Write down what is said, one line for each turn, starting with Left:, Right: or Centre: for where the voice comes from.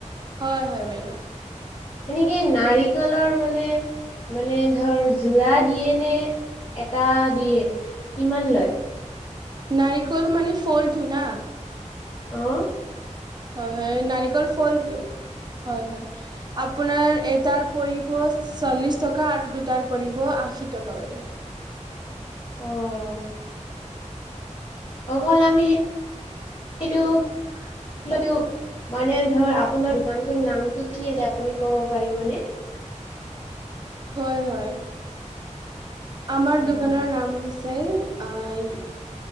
Right: হয় হয় বাইদেউ
Left: এনেকে নাৰিকলৰ মানে মানে ধৰ যোৰা দিয়ে নে এটা দিয়ে কিমান লয়?
Right: নাৰিকল মানে ফল টো না।
Left: আহ
Right: হয় হয় নাৰিকল ফল হয় হয় আপোনাৰ এটাৰ পৰিব চল্লিশ টকা আৰু দুটাৰ পৰিব আশী টকা বাইদেউ।
Left: আহ অকল আমি সেই সিটো। মানে ধৰ আপোনাৰ দোকানটোৰ নামটো কি কব পাৰিব নে?
Right: হয় হয় আমাৰ
Left: অ
Right: দোকানৰ নাম হৈছে আহ